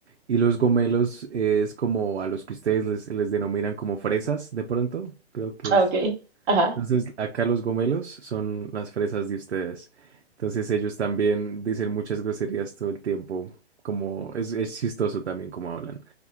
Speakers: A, on the right; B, on the right.
A: y los gomelos eh, es como a los que ustedes les, les denominan como fresas, de pronto, creo que
B: ah,
A: es.
B: Ok, ajá,
A: Entonces, acá los gomelos son las fresas de ustedes. Entonces, ellos también dicen muchas groserías todo el tiempo, como es, es chistoso también como hablan.